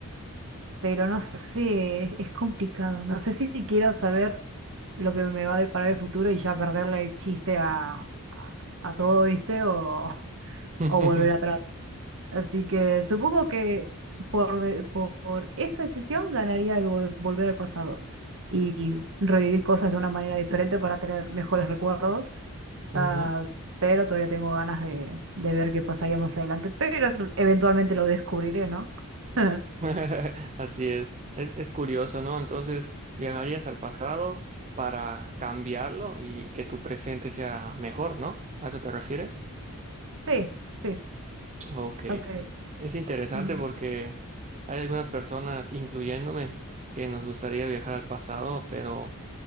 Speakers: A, on the right; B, on the right.
A: pero no sé, es es complicado. No sé si quiero saber. lo que me va a deparar el futuro y ya perderle el chiste a, a, a todo, ¿viste? O, <laughs>
B: <laughs>
A: o volver atrás. Así que supongo que por, de- por, por esa decisión ganaría el vol- volver al pasado y revivir cosas de una manera diferente para tener mejores recuerdos.
B: Ujú.
A: ah, pero todavía tengo ganas de, de ver qué pasaría más adelante. Pero eventualmente lo descubriré, ¿no? <laughs>
B: <laughs> Así es. es, es curioso, ¿no? Entonces, viajarías al pasado para cambiarlo y que tu presente sea mejor, ¿no? ¿A eso te refieres?
A: Sí, sí.
B: Ok.
A: Ok.
B: Es interesante
A: Y
B: porque hay algunas personas, incluyéndome, que nos gustaría viajar al pasado, pero